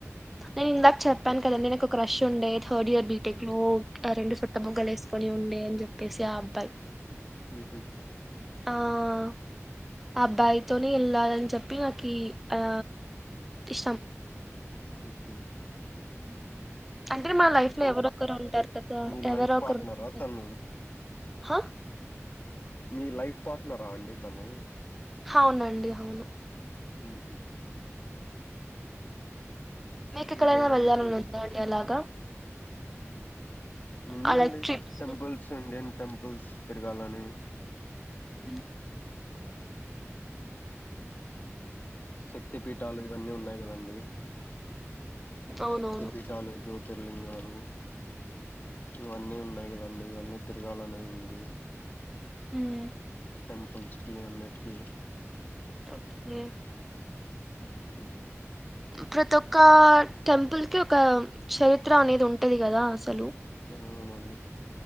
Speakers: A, in the centre; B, on the left (about 40°).
A: నేను ఇందాక చెప్పాను కదండి నాకు ఒక క్రష్ ఉండే థర్డ్ ఇయర్ బీటెక్ లో రెండు చుట్ట బుగ్గలు వేసు కొని ఉండే అని చెప్పేసి ఆ అబ్బాయి
B: మ్ హు
A: ఆ ఆ అబ్బాయితోనే వెళ్ళాలని చెప్పి నాకు ఆ ఇష్టం
B: మ్ హు
A: హ అంటే మా లైఫ్ లో ఎవరొ ఒకరు ఉంటారు కదా
B: మీ
A: ఎవరొ
B: లైఫ్
A: ఒకరు
B: పార్ట్నరా
A: ఉంటారు
B: తను
A: హా
B: మీ లైఫ్ పార్ట్నరా అండి తను
A: అవునండి అవును
B: మ్ హు
A: మీకు ఎక్కడికైనా
B: ఇంకేమండి
A: వెళ్లాలని ఉందా అలాగా
B: ఉందండి
A: అలా ట్రిప్స్
B: టెంపుల్స్ ఇండియన్ టెంపుల్స్ తిరగాలని
A: హ
B: శక్తి పీఠాలు ఇవన్నీ ఉన్నాయి కదండి
A: అవునవును
B: శక్తి పీఠాలు జ్యోతిర్లింగాలు ఇవన్నీ ఉన్నాయి కదండడి ఇవన్నీ తిరగాలనే ఉంది
A: మ్
B: టెంపుల్స్ కి అన్నింటికీ
A: ఓకే
B: మ్
A: ప్రతి ఒక్క టెంపుల్కి ఒక చరిత్ర అనేది ఉంటది కదా అసలు
B: అ అవునండి